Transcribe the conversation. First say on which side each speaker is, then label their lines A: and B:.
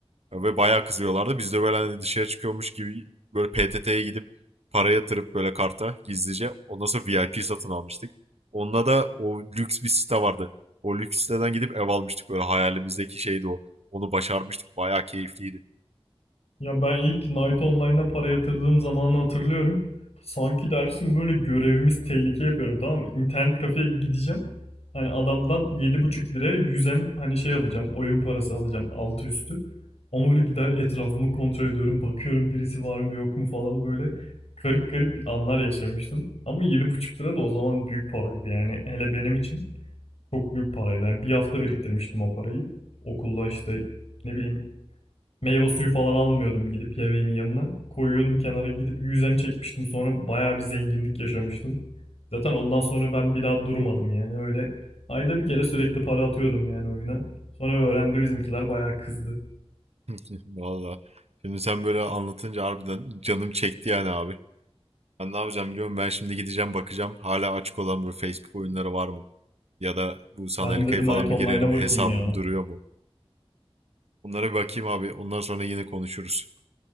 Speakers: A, on the right; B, on the left.
A: Ve bayağı kızıyorlardı. Biz de böyle hani dışarı çıkıyormuş gibi böyle PTT'ye gidip para yatırıp böyle karta gizlice. Ondan sonra VIP satın almıştık. Onda da o lüks bir site vardı. O lüks siteden gidip ev almıştık böyle hayalimizdeki şeydi o. Onu başarmıştık. Bayağı keyifliydi.
B: Ya ben ilk Night Online'a para yatırdığım zamanı hatırlıyorum. Sanki dersin böyle görevimiz tehlike yapıyorum tamam mı? İnternet kafeye gideceğim. Hani adamdan yedi buçuk liraya yüzem hani şey alacağım. Oyun parası alacağım altı üstü. Ama böyle gider etrafımı kontrol ediyorum. Bakıyorum birisi var mı yok mu falan böyle. Garip garip anlar yaşamıştım. Ama 7,5 lira da o zaman büyük paraydı yani. Hele benim için. Çok büyük paraydı. Yani bir hafta biriktirmiştim o parayı. Okulda işte ne bileyim meyve suyu falan almıyordum gidip yemeğimin yanına. Koyuyordum kenara gidip yüzem çekmiştim. Sonra bayağı bir zenginlik yaşamıştım. Zaten ondan sonra ben bir daha durmadım yani öyle. Ayda bir kere sürekli para atıyordum yani oyuna. Sonra öğrendi bizimkiler bayağı kızdı.
A: <laughs> Valla. Şimdi sen böyle anlatınca harbiden canım çekti yani abi. Ben ne yapacağım biliyorum. Ben şimdi gideceğim bakacağım. Hala açık olan böyle Facebook oyunları var mı? Ya da bu sanal
B: Ben de bir
A: falan
B: Night Online'a
A: bir girerim.
B: bakayım
A: Hesabım
B: ya.
A: duruyor mu? Bunlara bir bakayım abi. Ondan sonra yine konuşuruz.